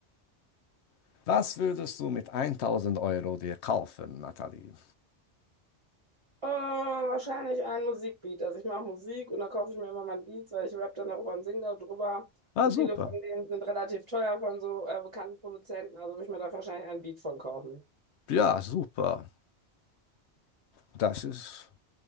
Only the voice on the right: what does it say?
Äh, wahrscheinlich ein Musikbeat. Also ich mache Musik und dann kaufe ich mir immer mein Beats, weil ich rap dann darüber und singe darüber.
Und
viele von denen sind relativ teuer von so äh, bekannten Produzenten. Also würde ich mir da wahrscheinlich einen Beat von kaufen.